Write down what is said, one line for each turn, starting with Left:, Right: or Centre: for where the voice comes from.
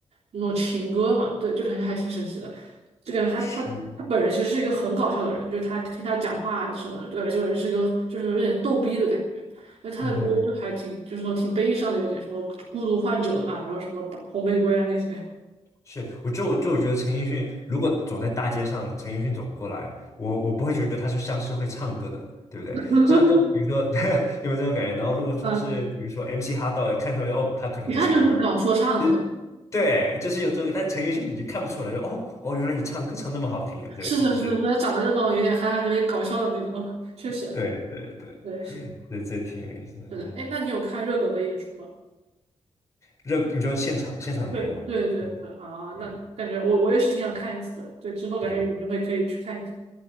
Right: 那种情歌嘛，对，就感觉还挺神奇的，就感觉他他他本人其实是一个很搞笑的人，
Left: 是，
Right: 就是他听他讲话啊什么的，就感觉这个人是一个就是有点逗逼的感觉。那他的歌就还挺，
Left: 嗯。
Right: 就是那种挺悲伤的，有点什么孤独患者啊，然后什么吧红玫瑰啊那些。
Left: 是，我就就觉得陈奕迅如果走在大街上，陈奕迅走过来，我我不会觉得他是像是会唱歌的，对不对？
Right: <laughs>
Left: 像像比如说 <laughs> 有没有这种感觉？然后如果说是比如说
Right: 嗯，
Left: MC 哈道，看出来哦，他可能就是一个
Right: 一看就是搞说唱的，
Left: rap，就是对，就是有这个，但陈奕迅你就看不出来，哦哦，原来你唱歌唱那么好听啊，对，
Right: 是的，
Left: 就是
Right: 是的，是的，长得就那种有点憨憨、有点搞笑的那种，确实，
Left: 对对对，
Right: 对，是的，
Left: 这这挺有意思的，
Right: 是的。
Left: 嗯，
Right: 哎，那你有看热狗的演出吗？
Left: 热，你说现场现场没有，
Right: 对，对，对，对，啊，
Left: 嗯，
Right: 那感觉我我也是挺想看一次的，对，之后感觉有机会可以去看一看。
Left: 对。